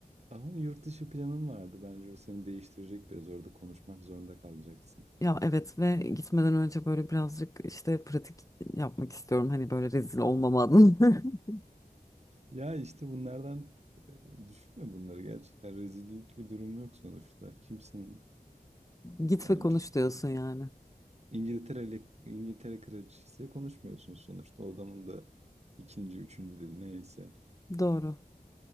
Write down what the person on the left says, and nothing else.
Ya evet ve gitmeden önce böyle birazcık işte pratik yapmak istiyorum. Hani böyle rezil olmama adına. <laughs>
Git
ve konuş
diyorsun yani.
Doğru.